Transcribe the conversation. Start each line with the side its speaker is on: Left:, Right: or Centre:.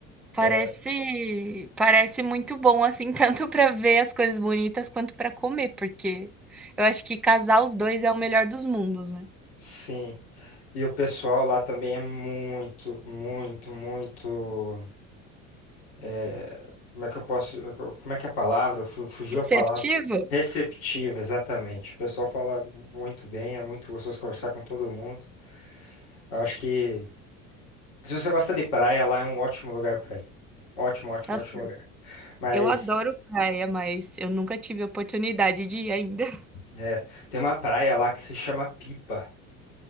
Centre: parece
Left: é,
Centre: parece muito bom, assim, <laughs> tanto para ver as coisas bonitas quanto para comer, porque eu acho que casar os 2 é o melhor dos mundos, né.
Left: Sim, e o pessoal lá também é muito, muito, muito. é, como é que eu posso, como é que é a palavra? Fu- Fugiu
Centre: Receptivo?
Left: a palavra. Receptiva, exatamente. O pessoal fala muito bem, é muito gostoso conversar com todo mundo. Eu acho que se você gosta de praia, lá é um ótimo lugar pra ir. Ótimo, ótimo,
Centre: Nossa,
Left: ótimo lugar. Mas
Centre: eu adoro praia, mas eu nunca tive oportunidade de ir ainda.
Left: é, tem uma praia lá que se chama Pipa.